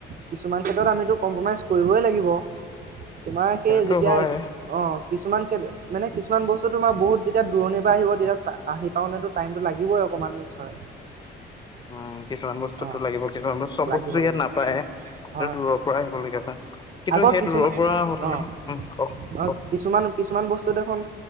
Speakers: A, on the right (about 45°); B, on the left (about 20°).
A: কিছুমান ক্ষেত্ৰত আমিতো কম্প্ৰমাইজ কৰিবই লাগিব। তোমাৰ সেই
B: সেইটোতো
A: যেতিয়া
B: হয়।
A: অ কিছুমান মানে কিছুমান বস্তু তোমাৰ বহুত যেতিয়া দূৰণিৰ পৰা আহিব তেতিয়া আহি পা নো টাইম সটো লাগিবই অকণমান নিশ্চয়
B: উম কিছুমান বস্তুতটো
A: অ
B: লাগিব কিছুমান বস্তু চব
A: লাগিব
B: বস্তু ইয়াত
A: লাগিব
B: নাপায়টো
A: হয়
B: দূৰৰ পৰা আহিবলগীয়া হয় কিন্তু
A: আকৌ
B: সেই
A: কিছুমান
B: দূৰৰ পৰা হোটেলৰ
A: অঁ
B: উম, কওক
A: অ
B: কওক
A: কিছুমান কিছুমান বস্তু দেখোন